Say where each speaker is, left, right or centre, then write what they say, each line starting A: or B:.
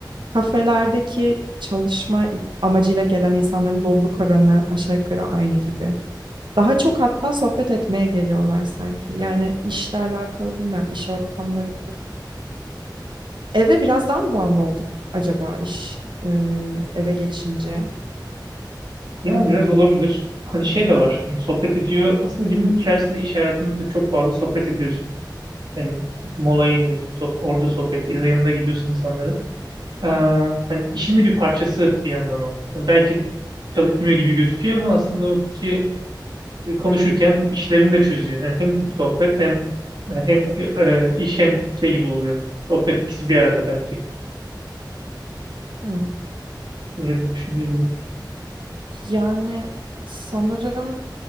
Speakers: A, on the right; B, on the right.
A: kafelerdeki çalışma amacıyla gelen insanların doluluk oranı aşağı yukarı aynı gibi daha çok hatta sohbet etmeye geliyorlar sanki. Yani işle alakalı bilmem iş ortamları. Eve biraz daha mı bağımlı olduk acaba iş e, eve geçince?
B: Ya
A: Bilmiyorum.
B: biraz olabilir. Hani şey de var. hani sohbet ediyor. Aslında günün içerisinde iş hayatında da çok fazla sohbet ediyorsun. Hani molaya iniyorsun. sohb- orada sohbet. Yanına gidiyorsun insanların. Ee, hani işin de bir parçası bir yandan o. Hani Belki çalışmıyor gibi gözüküyor ama aslında o kişi e, konuşurken işlerini de çözüyor. Yani hem sohbet hem yani hem e, e, iş hem şey gibi oluyor. Sohbet ikisi bir arada belki.
A: Hmm.
B: Öyle bir düşünülebilir.
A: Yani sanırım